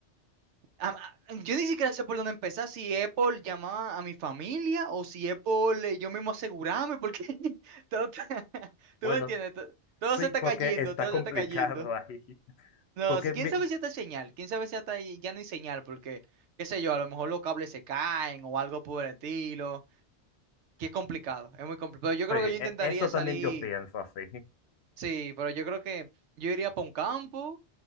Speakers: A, on the right; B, on the left.
A: a- a- yo ni siquiera sé por dónde empezar, si Apple llamaba a mi familia o si Apple eh, yo mismo asegurarme, porque <laughs> todo, te- <laughs> tú
B: Bueno,
A: me entiendes, to-
B: sí,
A: todo, se está
B: porque
A: cayendo,
B: está
A: todo
B: complicado
A: se está cayendo.
B: ahí. <laughs>
A: No,
B: Porque
A: si quién
B: mi-
A: sabe
B: sí,
A: si está señal, quién sabe si hasta ahí ya no hay señal, porque, qué sé yo, a lo mejor los cables se caen o algo por el estilo, que es complicado, es muy complicado. Yo
B: e-
A: creo que yo intentaría
B: eso
A: salir
B: también yo pienso así. <laughs>
A: Sí, pero yo creo que yo iría para un campo,